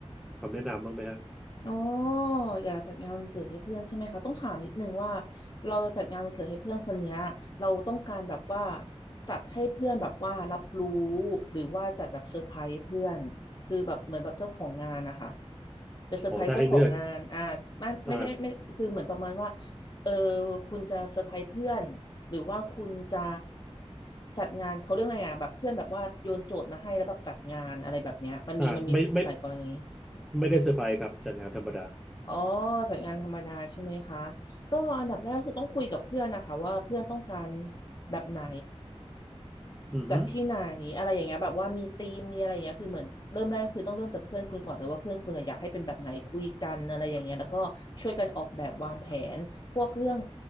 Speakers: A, in the centre; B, on the left.
A: คำแนะนำบ้างไหมฮะ
B: อ๋ออยากจัดงานวันเกิดให้เพื่อนใช่ไหมคะต้องถามนิดนึงว่าเราจัดงานวันเกิดให้เพื่อนคนเนี้ยเราต้องการแบบว่าจัดให้เพื่อนแบบว่ารับรู้หรือว่าจัดแบบเซอร์ไพรส์เพื่อนคือแบบเหมือนแบบเจ้าของงานนะคะจะเซอร์ไพรส์เจ้าของงานอ่าไม่ไม่ได้ไม่คือเหมือนประมาณว่า
A: ขอถ้าให้เลือกอ่า
B: เออคุณจะเซอร์ไพรส์เพื่อนหรือว่าคุณจะจัดงานเขาเรื่องไงอ่ะแบบเพื่อนแบบว่าโยนโจทย์มาให้แล้วแบบจัดงานอะไรแบบเนี้ยมันมีมันมีหลายกรณี
A: อ่าไม่ไม่ไม่ได้เซอร์ไพรส์ครับจากงานธรรมดา
B: อ๋อจัดงานธรรมดาใช่ไหมคะก็อันดับแรกคือต้องคุยกับเพื่อนนะคะว่าเพื่อนต้องการแบบไหน
A: อือหือ
B: จัดที่ไหนอะไรอย่างเงี้ยแบบว่ามีธีมมีอะไรอย่างเงี้ยคือเหมือนเริ่มแรกก็คือต้องเริ่มจากเพื่อนคุณก่อนเลยว่าเพื่อนคุณอะอยากให้เป็นแบบไหนคุยกันอะไรอย่างเงี้ยแล้วก็ช่วยกันออกแบบวางแผนพวกเรื่อง